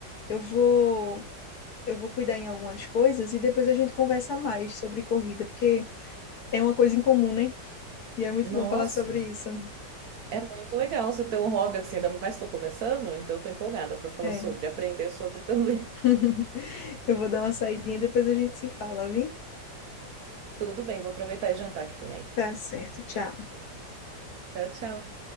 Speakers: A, on the left (about 65°); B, on the right (about 70°).
A: Eu vou, eu vou cuidar em algumas coisas e depois a gente conversa mais sobre corrida, porque é uma coisa em comum, né? E é muito
B: Nossa.
A: bom falar sobre isso.
B: É muito legal você ter um hobby assim, ainda mais estou começando, então estou empolgada para falar
A: É.
B: sobre, aprender sobre também.
A: <laughs> Eu vou dar uma saidinha, depois a gente se fala, viu?
B: <laughs> Tudo bem, vou aproveitar e jantar aqui também.
A: Tá certo, tchau.
B: Tchau, tchau.